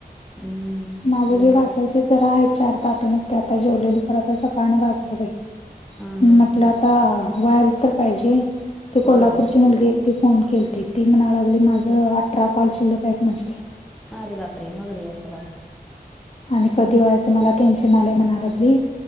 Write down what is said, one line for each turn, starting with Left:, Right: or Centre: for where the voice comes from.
Centre: हम्म.
Left: माझं
Centre: तिकडे जरा
Left: बी घासायचे
Centre: का
Left: जरा आहे चार ताट नुसते आता जेवलेले परत सकाळन घासतो बाई.
Centre: हां
Left: म्हटलं
Centre: हां हां
Left: आता वळल तर पाहिजे ते
Centre: होय
Left: कोल्हापूरची मुलगी. ती फोन केल ती, ती म्हणाला लागली माझं अठरा कॉल शिल्लकक म्हटली.
Centre: अरे बापरे! मगरे एकदा.
Left: आणि कधी व्हायचं मला टेन्शन आलंय म्हणालागली,